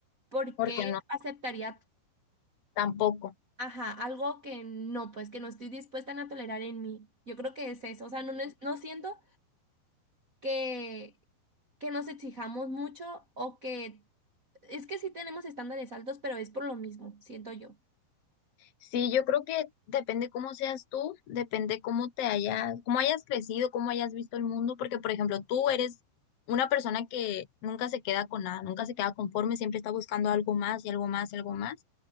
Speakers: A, on the right (about 50°); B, on the left (about 75°).
A: ¿por
B: porque
A: qué
B: no,
A: aceptaría,
B: tampoco.
A: ajá, algo que no, pues que no estoy dispuesta a tolerar en mí? Yo creo que es eso. O sea, no, no, es- no siento que, que nos exijamos mucho o que... Es que sí tenemos estándares altos, pero es por lo mismo, siento yo.
B: Sí, yo creo que depende cómo seas tú, depende cómo te hayas, cómo hayas crecido, cómo hayas visto el mundo, porque por ejemplo, tú eres una persona que nunca se queda con nada, nunca se queda conforme, siempre está buscando algo más y algo más y algo más.